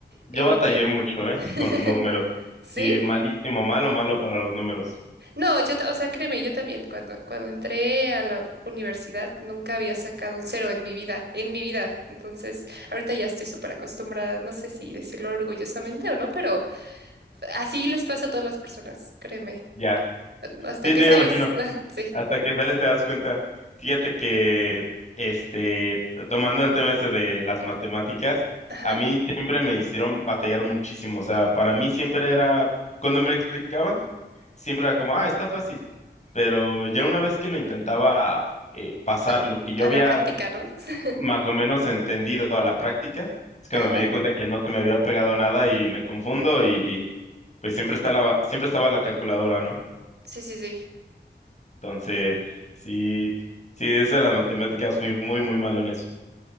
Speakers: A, on the left; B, on the right.
A: Yo
B: Eh,
A: batallé mucho, ¿eh?
B: <laughs>
A: Con números.
B: ¿sí?
A: Sí, malísimo, malo, malo para los números.
B: No, yo, ta- o sea, créeme, yo también, cuando, cuando entré a la universidad, nunca había sacado un cero en mi vida, en mi vida. Entonces, ahorita ya estoy súper acostumbrada, no sé si decirlo orgullosamente o no, pero así les pasa a todas las personas, créeme.
A: Ya.
B: Hasta
A: Sí,
B: que
A: sí, me
B: sales,
A: imagino.
B: <laughs> ah, sí,
A: Hasta que sales te das cuenta. Fíjate que, este, tomando el tema ese de las matemáticas,
B: ajá,
A: a mí siempre me hicieron batallar muchísimo. O sea, para mí siempre era, cuando me lo explicaban, siempre era como, ah, está fácil. Pero ya una vez que lo intentaba eh, pasar,
B: a,
A: lo que yo
B: a
A: había
B: la práctica, ¿no? <laughs>
A: más o menos entendido a la práctica. Es cuando
B: Ajá,
A: me di cuenta que no se me había pegado nada y me confundo y pues siempre está la- siempre estaba la calculadora, ¿no?
B: sí, sí, sí.
A: Entonces, sí, sí, eso de las matemáticas fui muy, muy malo en eso.